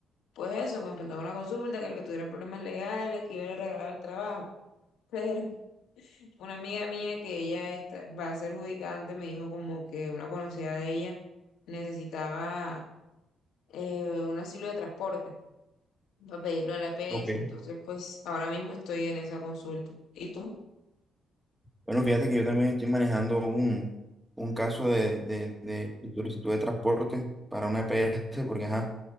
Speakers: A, on the left; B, in the centre.
A: pues eso, que me faltaba una consulta, que el que tuviera problemas legales, que yo le regalaba el trabajo. Pero <laughs> una amiga mía que ella está- va a ser judicante me dijo como que una conocida de ella necesitaba eh, un asilo de transporte para pedirlo a la EPS.
B: Ok.
A: Entonces, pues ahora mismo estoy en esa consulta. ¿Y tú?
B: Bueno, fíjate que yo también estoy manejando un, un caso de, de- de- de solicitud de transporte para una EPS porque, ajá,